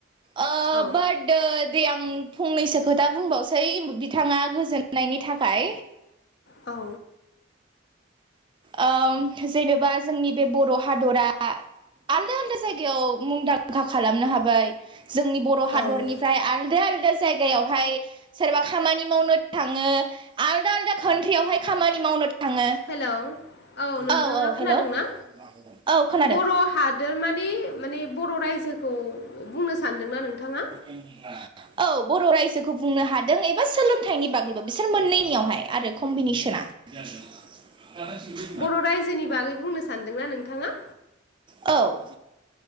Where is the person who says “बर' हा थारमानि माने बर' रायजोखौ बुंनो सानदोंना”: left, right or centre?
Left